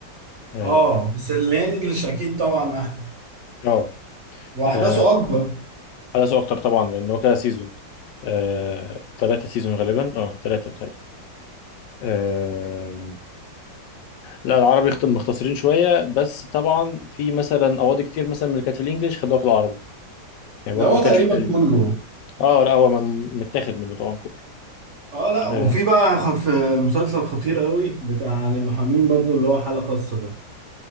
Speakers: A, on the left (about 80°); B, on the right (about 50°).
A: آه
B: اه بس الانجليش اكيد طبعا احلى
A: آه
B: واحداثه
A: آه،
B: اكبر
A: أحداثه أكتر طبعا لأن هو كده سيزون آه تلاتة سيزون غالبا أه تلاتة بتهيألي آه لا العربي اخت- مختصرين شوية بس طبعا في مثلا أواضي كتير مثلا من اللي كانت في الإنجليش خدوها في العربي يعني
B: ده
A: برضو
B: هو
A: ما كانش
B: تقريبا
A: في تأليف
B: كله
A: أه لا هو م- متاخد منه طبعا كله
B: اه لا وفي
A: آه،
B: بقى خف مسلسل خطير قوي بتاع عن المحامين برضو اللي هو حالة خاصة ده